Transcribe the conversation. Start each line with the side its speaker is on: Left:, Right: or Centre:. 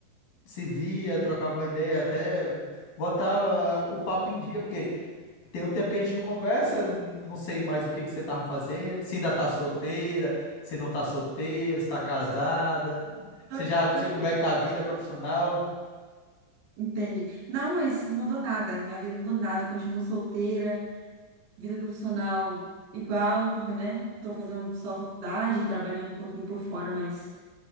Left: se via, trocava uma ideia, até botava o papo em dia, porque tem um tempo que a gente não conversa, eu não sei mais o que que você tava fazendo, se ainda tá solteira, se não tá solteira, se tá casada,
Right: Tô,
Left: se já,
Right: tô ligada.
Left: como é que tá a vida profissional?
Right: Entendi. Não, mas mudou nada. Minha vida mudou nada. Continuo solteira, vida profissional igual, porque, né? Tô fazendo só faculdade, trabalhando um pouquinho por fora, mas